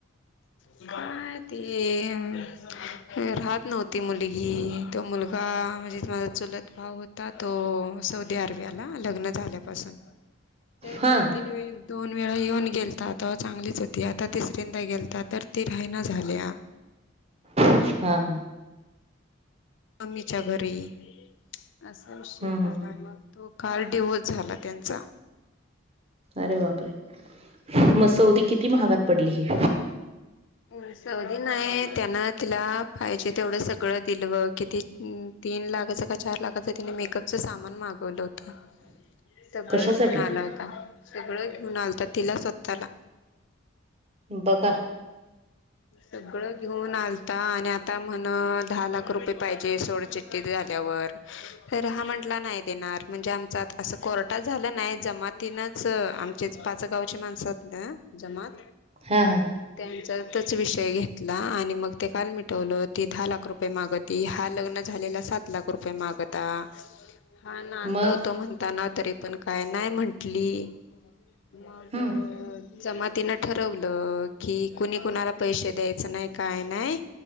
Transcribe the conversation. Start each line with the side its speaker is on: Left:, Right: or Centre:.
Left: काय ते- राहत नव्हती मुलगी तो मुलगा म्हणजे माझा चुलत भाव होत- ता तो सौदी अरेबियाला लग्न झाल्यापासून- ते
Right: हा
Left: दोन
Right: हा
Left: तीन वेळ दोन वेळा येऊन गेल- ता चांगलीच होती आता तिसऱंदा गेलता तर ती रायना झाल्या.
Right: हा हा
Left: मम्मीच्या घरी असा विषय झाला
Right: हम्म हम्म
Left: मग- तो काल डिव्होर्स झाला त्यांचा-
Right: अरे बापरे! म सौदी किती महागात पडली ही.
Left: उ सवदी नाही त्यान तिला पाहिजे तेवढं सगळं दिल किती तीन लाखाचं का चार लाखाचं तिने मेकअपचं सामान मागवलं होतं. सगळं
Right: कशासाठी
Left: घेऊन आला होता, सगळं घेऊन आलता तिला स्वतःला.
Right: बघा.
Left: सगळं घेऊन आलता आणि आता म्हण दहा लाख रुपये पाहिजे सोड चिट्टी झाल्यावर. तर हा म्हंटला नाही देणार म्हणजे आमचा असं कोर्टात झालं नाही जमातीनच आमचे पाच गावचे माणस ना जमात
Right: हा हा
Left: त्यांच्या विषय घेतला आणि मग ते काल मिटवलं, ती दहा लाख रुपये माग त हा लग्न झालेला सात लाख रुपये मागत. हा नांदवतो
Right: मग
Left: म्हणताना तरी पण काय नाही म्हंटली. मग,
Right: हम्म
Left: जमातीनं ठरवलं की कुणी कुणाला पैसे द्यायच नाही काय नाही